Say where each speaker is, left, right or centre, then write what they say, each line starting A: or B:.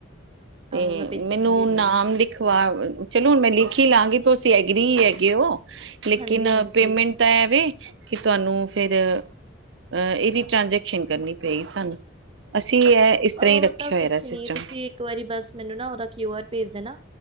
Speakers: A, on the right; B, on the right.
A: ਤੇ
B: ਆਹੋ ਭੇਜਾਂਗੀ
A: ਮੈਂ ਨੂੰ
B: ਇਹਨਾਂ
A: ਨਾਮ ਲਿਖਵਾ ਚਲੋ ਹੁਣ ਮੈਂ ਲਿਖ ਹੀ ਲਵਾਂਗੀ ਤੁਸੀਂ ਐਗਰੀ ਹੈਗੇ ਹੋ। ਲੇਕਿਨ
B: ਹਾਂਜੀ ਹਾਂਜੀ
A: ਪੇਮੈਂਟ ਤਾਂ ਐ ਵੇ ਤੁਹਾਨੂੰ ਫੇਰ ਅਹ ਇਹਦੀ ਟ੍ਰਾਂਜੈਕਸ਼ਨ ਕਰਨੀ ਪਏਗੀ ਸਾਨੂੰ ਅਸੀਂ ਇਹ ਇਸ ਤਰ੍ਹਾਂ
B: ਉਹ
A: ਹੀ ਰੱਖਿਆ
B: ਤਾਂ ਕੁਛ
A: ਹੋਇਆ ਸਿਸਟਮ
B: ਨੀ ਤੁਸੀਂ ਇੱਕ ਵਾਰੀ ਬਸ ਮੈਨੂੰ ਨਾ ਓਦਾ ਕਿਊ ਆਰ ਭੇਜ ਦੇਣਾ